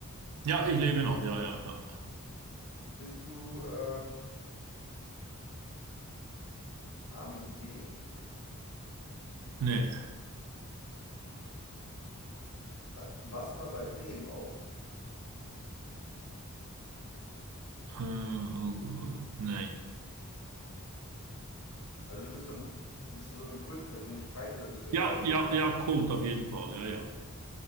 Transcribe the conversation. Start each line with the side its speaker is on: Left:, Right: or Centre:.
Right: Ja, ich lebe noch, ja, ja, ja.
Left: Bist du ähm, Armin Fee?
Right: Nee.
Left: Ha- Warst du mal bei Bremen auch?
Right: Äh, oh, oh, nein.
Left: Also bist du, ein, bist du so eine Kultpersönlichkeit oder bist du eher
Right: Ja,
Left: so
Right: ja,
Left: jemand?
Right: ja, Kult auf jeden Fall, ja, ja.